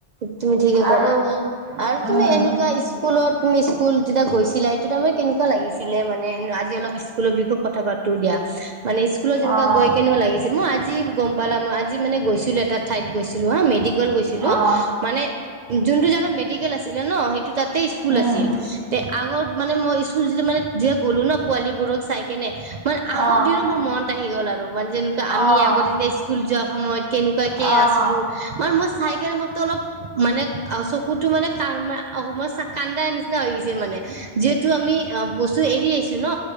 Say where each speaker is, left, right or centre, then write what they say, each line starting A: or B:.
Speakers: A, on the right (about 55°); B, on the right (about 20°).
A: তুমি ঠিকে ক'লা
B: আৰু
A: আৰু
B: উম,
A: তুমি এনেকুৱা স্কুলত তুমি স্কুল যেতিয়া গৈছিলা সেইটো তাৰ মানে কেনেকুৱা ছিলে মানে আজি অলপ স্কুলৰ বিষয়ত কথা পাতো দিয়া মানে স্কুলত যেনেকুৱা
B: অ',
A: গৈ কেনো লাগিছিল মই আজিৱ গম পালাম আজ <inaudible> আজি মানে গৈছিলোঁ, এটা ঠাইত গৈছিলোঁ হা মেডিকেল গৈছিলোঁ।
B: অ',
A: মানে যোনটো জাগাত মেডি মেডিকেল আছিলে ন, সেইটো তাতে স্কুল
B: উম,
A: আছিল তে আগত মানে মই স্কুল মই যেতিয়া গ'লো ন। ছোৱালী বোৰক চাই কেনে মানে আগৰ
B: অ',
A: দিনো মোৰ মনত আহি গ'ল আৰু মানে যেনেকুৱা আমি
B: অ',
A: আগতে যে স্কুল যোৱা সময়ত কেনেকুৱাকে
B: অ',
A: আছিলো। মান, মই চাইকেনে মোকটো অলপ মানে চকুটো মানে <unintelligible> কান্দা নিচিনা হৈ গৈছে মানে। যিহেতু আমি অ' বস্তু এৰি আহিছো ন,